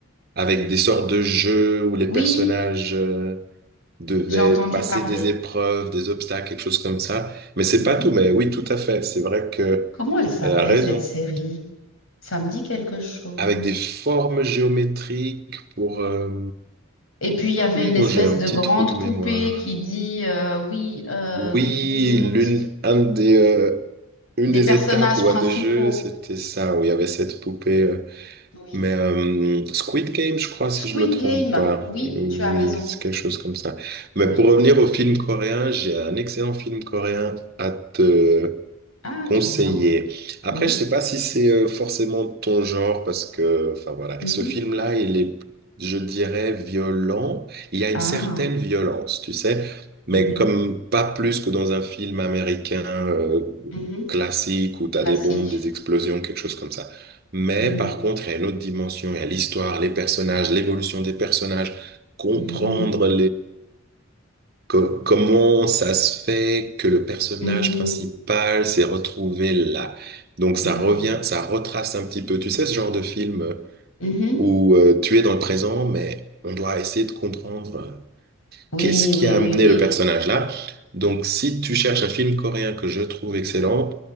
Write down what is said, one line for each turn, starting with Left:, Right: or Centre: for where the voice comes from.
Right: avec des sortes de jeux où les
Left: Oui,
Right: personnages euh, devaient
Left: j'ai entendu
Right: passer
Left: parler.
Right: des épreuves, des obstacles, quelque chose comme ça. Mais c'est
Left: Mhm.
Right: pas tout, mais oui, tout à fait. C'est vrai que
Left: Comment elle s'appelait
Right: elle a raison
Left: cette série? Ça me dit quelque chose.
Right: avec des formes géométriques pour, euh,
Left: Et puis il y avait
Right: oui,
Left: une
Right: bon,
Left: espèce
Right: j'ai un
Left: de
Right: petit
Left: grande
Right: trou de mémoire.
Left: poupée qui dit euh, oui, euh,
Right: Oui,
Left: qui compte
Right: l'une, un des, euh, une
Left: des
Right: des
Left: personnages
Right: étapes ou
Left: principaux.
Right: un des jeux, c'était ça, où il y avait cette poupée. euh,
Left: Oui.
Right: mais euh, Squid Game, je crois, si
Left: Squid
Right: je me trompe
Left: Game.
Right: pas.
Left: Oui,
Right: Oui,
Left: tu as raison.
Right: c'est quelque chose comme ça.
Left: Oui.
Right: Mais pour revenir au film coréen, j'ai un excellent film coréen à te
Left: Ah,
Right: conseiller.
Left: trop bien.
Right: Après,
Left: Oui.
Right: je sais pas si c'est euh, forcément ton genre parce que, enfin voilà,
Left: Mhm.
Right: ce film-là, il est, je dirais, violent. Il y a une
Left: Ah.
Right: certaine violence, tu sais, mais
Left: Mhm.
Right: comme pas plus que dans un film américain euh,
Left: Mhm.
Right: classique où t'as
Left: Classique.
Right: des bombes, des explosions, quelque chose comme ça. Mais
Left: Mhm.
Right: par contre, il y a une autre dimension, il y a l'histoire, les personnages, l'évolution des personnages, comprendre
Left: Mhm.
Right: Co- comment ça se fait que le personnage
Left: Mhm.
Right: principal s'est retrouvé là? Donc ça
Left: Mhm.
Right: revient, ça retrace un petit peu, tu sais, ce genre de film euh,
Left: Mhm.
Right: où euh, tu es dans le présent, mais on doit essayer de comprendre euh,
Left: Oui,
Right: qu'est-ce qui
Left: oui,
Right: a
Left: oui,
Right: amené
Left: oui.
Right: le personnage là. Donc si tu cherches un film coréen que je trouve excellent,